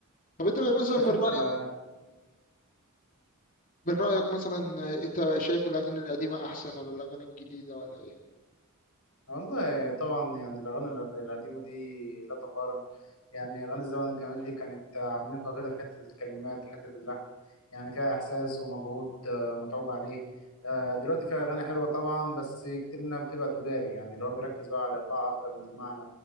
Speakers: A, on the left; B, on the left.
A: طب انت مثلا
B: شايف
A: من رايك
B: أنت لا
A: من رايك مثلا انت شايف الاغاني القديمه احسن ولا الاغاني الجديده ولا
B: والله طبعا يعني الأغاني الق- القديمة دي لا تقارن يعني أغاني الزمن الجميل دي كانت عميقة كده في حتة الكلمات حتة اللحن يعني فيها إحساس ومجهود آه، متعوب عليه آه، دلوقتي فيها أغاني حلوة طبعا بس كتير منها بتبقى تجاري يعني اللي هو بيركز بقى على الإيقاع أكتر من المعنى